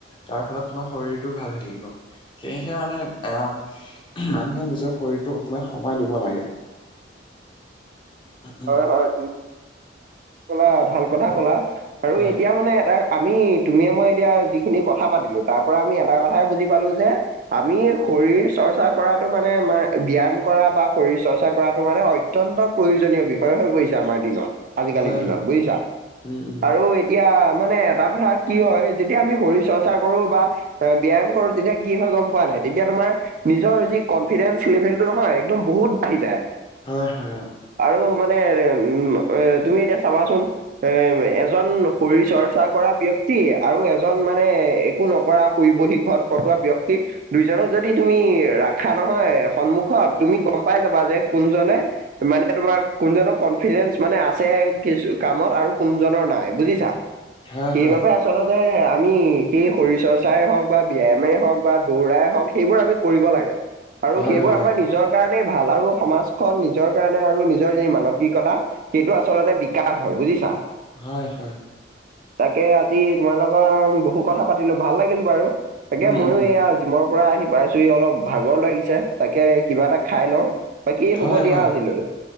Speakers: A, on the left; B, on the right.
A: তাৰ ফলত তোমাৰ শৰীৰটো ভাল হৈ থাকিব সেয়েহে মানে এহ মানুহে নিজৰ শৰীৰটোক অকমান সময় দিব লাগে উম
B: হয় হয় তুমি কলা ভাল কথা কলা আৰু
A: হয়
B: এতিয়া মানে এটা আমি তুমিয়ে মই এতিয়া যিখিনি কথা পাতিলো তাৰ পৰা আমি এটা কথাই বুজি পালো যে আমি শৰীৰ চৰ্চা কৰাটো মানে মাই ব্যায়াম কৰা বা শৰীৰ চৰ্চা কৰাটো মানে অত্যন্ত প্ৰয়োজনীয় বিষয় হৈ পৰিছে আমাৰ দিনত আজিকালিৰ
A: হয়
B: দিনত
A: হয়
B: বুজিছা
A: উম উম
B: আৰু এ তিয়া মানে এটা কথা কি হয় যেতিয়া আমি শৰীৰ চৰ্চা কৰো বা অ ব্যায়াম কৰো তেতিয়া কি হয় গম পোৱা নাই তেতিয়া তোমাৰ নিজৰ যি কনফিডেন্স লেভেলটো নহয় একদম বহুত বাঢ়ি যায়
A: হয় হয় অ
B: আৰু মানে এ উম এ তুমি এতিয়া চাবাচোন এ এজন শৰীৰ চৰ্চা কৰা ব্যক্তি আৰু এজ এজন মানে একো নকৰা শুইবহি ঘৰত কটোৱা ব্যক্তি দুইজনক যদি তুমি ৰাখা নহয় সন্মুখত তুমি গম পাই যাবা যে কোনজনে এ তোমাৰ কোনজনৰ কনফিডেন্ঞ্চ মানে আছে কিছু কামত আৰু কোনজনৰ নাই বুজিছা
A: হয়
B: সেইবাবে
A: হয়
B: আচ আচলতে আমি সেই শৰীৰ চৰ্চাই হওক বা ব্যায়ামেই হওক বা দৌৰাই হওক সেইবোৰ আমি কৰিব লাগে আৰু
A: হয়
B: সেইবোৰ
A: হয়
B: আমাৰ
A: অ
B: নিজৰ কাৰণেই ভাল আৰু সমাজখন নিজৰ কাৰ নে আৰু নিজৰ এই মানসিকতা সেইটো আচলতে বিকাশ হয় বুজিছা
A: হয় হয়
B: তাকে আজি তোমাৰ লগৰ বহু কথা পাতিলো ভাল লাগিল বাৰু তাকে
A: উম
B: ময়ো
A: উম
B: এয়া জিমৰ পৰা আহি পাইছোহি অলপ ভাগৰ লাগিছে তাকে কিবা এটা খাই লওঁ বাকী
A: হয়
B: হ'ব দিয়া
A: হয়
B: আজিলৈ